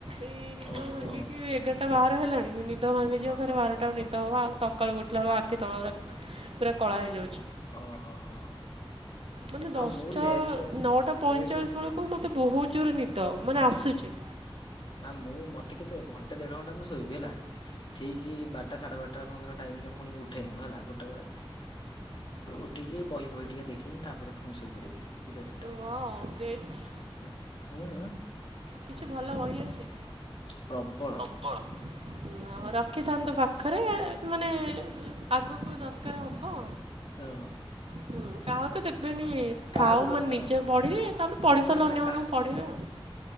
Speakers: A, on the right; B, on the left.
A: ଏଇ ନିଦ
B: ଓହୋ
A: ଭାଙ୍ଗିକି ଏଗାରଟା ବାହାର ହେଲାଣି, <unintelligible> ନିଦ ଭାଙ୍ଗିଯିବ
B: ଓହୋ
A: ଫେରେ ବାରଟା
B: ହୋ
A: କୁ
B: ହୋ
A: ନିଦ ହବ, ଆଉ ତୋ ସକାଳୁ ଉଠିଲା ବେଳକୁ ଆଖି ତଳ ଗୁରା ପୁରା କଳା ହେଇଯାଉଛି।
B: ଓହୋ ହୋ ହୋ।
A: ମାନେ
B: ନା
A: ଦଶ
B: ମୁଁ
A: ଟା
B: ଲେଟରେ
A: ନଅଟା ପଇଁଚାଳିଶ
B: ଲେଟରେ
A: ବେଳକୁ ମୋତେ ବହୁତ ଜୋରେ ନିଦ ମାନେ ଆସୁଛି।
B: ନା ମୁଁ ମୋତେ କେତେ ଘଣ୍ଟେ ଦେଢ ଘଣ୍ଟା ମୁଁ ଶୋଇବି ହେଲା, ଠିକ ବାରଟା ସାଢେ ବାରଟା ଖନ୍ତୁର ଟାଇମ୍ ରେ ପୁଣି ଉଠେ ମୁଁ ହେଲା ଗୋଟେବେଳେ। ଉଠିକି ବହି ଫହି ଟିକେ ଦେଖିମି ତାପରେ ପୁଣି ଶୋଇ ପଡିବି। ଦି ଟା ତିନି
A: ୱାଓ
B: ଟା
A: ଗ୍ରେଟ୍
B: ଉଁହୁଁ, ଉଁ, ଉଁ।
A: କିଛି ଭଲ ବହି ଅଛି?
B: ପ୍ରବଳ।
A: ନା ରଖିଥାନ୍ତୁ ପାଖରେ ମାନେ ଆଗକୁ ଦରକାର ହବ।
B: ଏ ଓ,।
A: ହୁଁ, କାହାକୁ ଦେବେନି।
B: କାହାକୁ
A: ଥାଉ
B: ଦରକାର
A: ମାନେ ନିଜେ
B: ହବ
A: ପଢିବେ, ତାପରେ ପଢି
B: ଆବେ
A: ସାରିଲେ
B: ସେଇଟା
A: ଅନ୍ୟମାନଙ୍କୁ
B: କା
A: ପଢେଇବି ଆଉ।